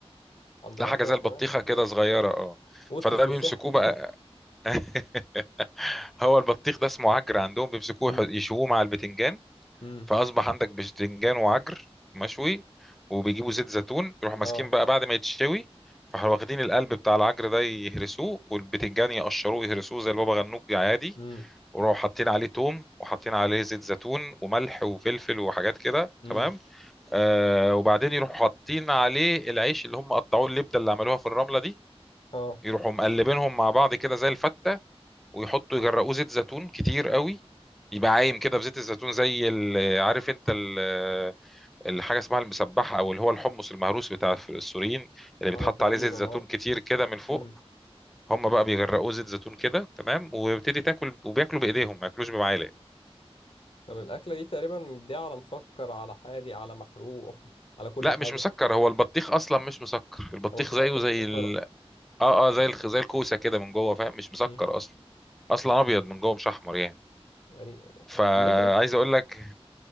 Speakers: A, on the left; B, in the centre.
A: عند
B: تلاقي
A: العطار
B: حاجة زي البطيخة
A: كمان
B: كده صغيّرة آه،
A: وصلت
B: فده بيمسكوه
A: للسحر
B: بقى <laughs> هو البطيخ ده اسمه عجْر عندهم، بيمسكوه
A: <laughs>
B: يح يشووه
A: امم
B: مع البتنجان
A: امم
B: فأصبح عندك بتنجان وعجر مشوي وبيجيبوا زيت زيتون يروحوا ماسكين
A: اه
B: بقى بعد ما يتشوي فراحوا واخدين القلب بتاع العجر ده يهرسوه والبتنجان يقشروه يهرسوه زي البابا غنوج عادي
A: امم
B: وراحوا حاطين عليه توم وحاطين عليه زيت زيتون وملح وفلفل وحاجات كده
A: امم
B: تمام آه وبعدين يروحوا حاطين عليه العيش اللي هم قطعوه اللبده اللي عملوها في الرمله دي
A: اه
B: يروحوا مقلبينهم مع بعض كده زي الفته ويحطوا يجرقوه زيت زيتون كتير قوي يبقى عايم كده في زيت الزيتون زي ال- عارف انت ال- الحاجه اسمها المسبحه او اللي هو الحمص المهروس بتاع السوريين اللي بيتحط
A: اه تقريبا
B: عليه زيت زيتون
A: اه
B: كتير كده من فوق
A: امم
B: هم بقى بيغرقوه زيت زيتون كده تمام ويبتدي تاكل وبياكلوا بايديهم ما ياكلوش بمعالق
A: طب الاكله دي تقريبا مديها على مسكر على حادي على محروق <laughs> على كل
B: لا
A: حاجه
B: مش مسكر هو البطيخ اصلا مش مسكر البطيخ
A: البطيخ
B: زيه
A: اصلا
B: زي
A: مش مسكره
B: ال... اه اه زي الخ... زي الكوسه كده من جوه فاهم مش مسكر
A: امم
B: اصلا اصلا ابيض من جوه مش احمر يعني
A: تقريبا
B: فعايز
A: كمثرى
B: اقول لك